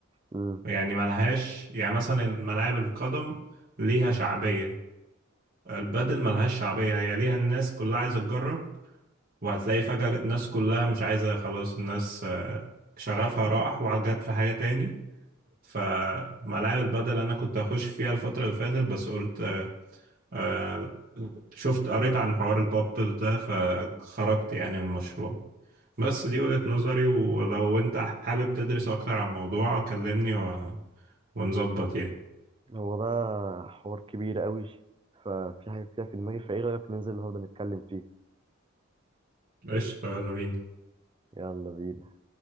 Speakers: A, on the right; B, on the right.
A: امم
B: يعني ملهاش يعني مثلا ملاعب القدم ليها شعبية البادل ملهاش شعبية هي ليها الناس كلها عايزة تجرب وهتلاقي فجأة الناس كلها مش عايزة خلاص الناس آه، شغفها راح وجت في حاجة تاني فملاعب البادل أنا كنت هخش فيها الفترة اللي فاتت بس قلت آه، آه، شفت قريت عن حوار البابل ده فخرجت يعني من المشروع بس دي وجهة نظري ولو انت حابب تدرس اكتر عن الموضوع كلمني و... ونظبط يعني
A: هو ده حوار كبير قوي ففي حاجه كده في دماغي فايه رايك ننزل النهارده نتكلم فيه
B: قشطة يلا بينا
A: يلا بينا